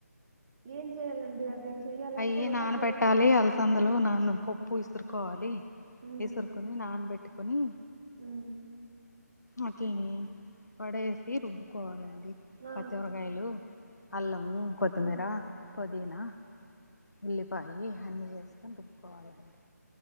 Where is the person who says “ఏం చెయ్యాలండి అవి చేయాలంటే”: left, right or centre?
Right